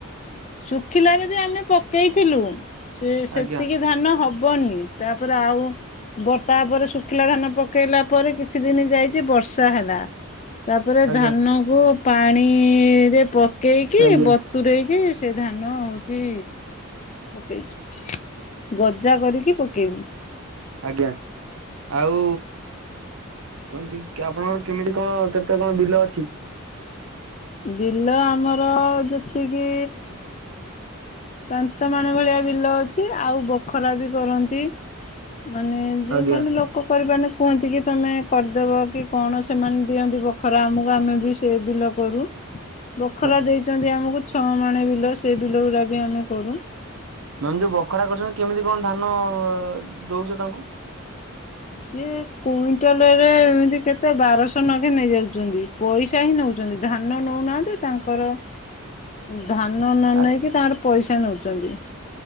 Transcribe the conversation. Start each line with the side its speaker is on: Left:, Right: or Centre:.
Left: ଶୁଖିଲାରେ ବି ଆମେ ପକେଇଥିଲୁ ସେ ସେତିକି
Right: ଆଜ୍ଞା
Left: ଧାନ ହବନି ତାପରେ ଆଉ ତାପରେ ଶୁଖିଲା ଧାନ ପକେଇଲା ପରେ କିଛି ଦିନ ଯାଇଛି ବର୍ଷା ବତା ହେଲା ତାପରେ
Right: ଆଜ୍ଞା
Left: ଧାନ କ ପାଣିରେ ପକେଇକି
Right: ଆଜ୍ଞା
Left: ତୂରେଇକି ସେ ଧାନ ହେଉଛି ପକେଇଛୁ ଗଜା କରିକି ପକେଇବୁ
Right: ଆଜ୍ଞା ଆଉ ଏ ଆପଣଙ୍କର କେମିତି କଣ କେତେ କଣ ବିଲ ଅଛି
Left: ବିଲ ଆମର ଯେତିକି ପାଞ୍ଚ ମାଣ ଭଳିଆ ବିଲ ଅଛି ଆଉ ବ ଖରା ବି କରନ୍ତି ମାନେ ଯେଉଁମାନେ
Right: ଆଜ୍ଞା
Left: ଲୋକ ଲୋକକରିପାନ କୁହନ୍ତି କି ତମେ କରିଦେବ କି କଣ ସେମାନେ ଦିଅନ୍ତି ବଖରା ଆମକୁ ଆମେ ବି ସେ ବିଲ କରୁ
Right: <inaudible>
Left: ବଖରା
Right: ଆଜ୍ଞା
Left: ଦେଇଛନ୍ତି ଆମକୁ ଛଅ ମାଣେ ବିଲ ସେ ବିଲ ଗୁଡା ବି ଆମେ କରୁ
Right: ମାନେ ଯୋଉ ବଖରା କରୁଛନ୍ତି କେମିତି କଣ ଧାନ ଦଉଛ ତାଙ୍କୁ?
Left: ସିଏ କୁଇଣ୍ଟାଲରେ ଏମିତି କେତେ ବାରଶହ ନଖେ ନେଇଯାଉଛନ୍ତି। ପଇସା ହିଁ ନଉଛନ୍ତି ଧାନ ନଉନାହାନ୍ତି ତାଙ୍କର
Right: <inaudible>
Left: ଧାନ ନ
Right: ଆ
Left: ନେଇକି ତାଙ୍କର ପଇସା ନଉଛନ୍ତି।